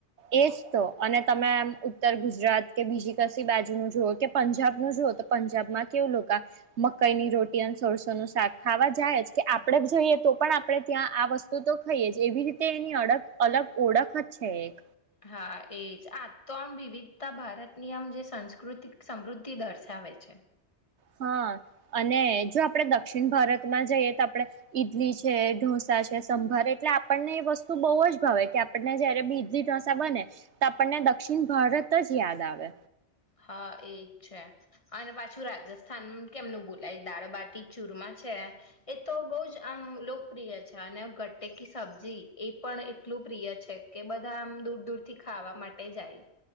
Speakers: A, on the right; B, on the left.
A: એજ તો અને તમે આમ ઉત્તર ગુજરાત કે બીજી કશી બાજુ ન જુઓ કે પંજાબનુંું જુઓ તો પંજાબમાં કેવું લોકો આ મકઈની રોટી અને સોરસોનુંું શાક ખાવા જાય જ કે આપણેે જ જઈએ તો પણ આપણે ત્યાં આ વસ્તુ તો ખાઈએ જ એવી રીતે એની અડગ અલગ ઓળખ જ એક
B: હા એજ આજ તો આમ વિવિધતા ભારતની આમ જે સંસ્કૃત સમૃદ્ધિ દર્શાવે છે.
A: હા અને જો આપણે દક્ષિણ ભારતમાં જઈએ તો આપડણે ઈડલી છે ઢોસા છે સંભાર એટલે આપણને એ વસ્તુ બહુ જ ભાવે કે આપણને જયારે બી ઈડલી ઢોસા બને તો આપણને દક્ષિણ ભારત જ યાદ આવે
B: હા એજ છે અને પાછું રાજસ્થાન કેમનું બોલાય દાળબાટી ચૂરમા છે એ તો બહ જ આમ લોકપ્રિય છે અને ગટેકી સબ્જી એ પણ એટલું પ્રિય છે કે બધા આમ દૂર દૂરથી ખાવા માટે જાય.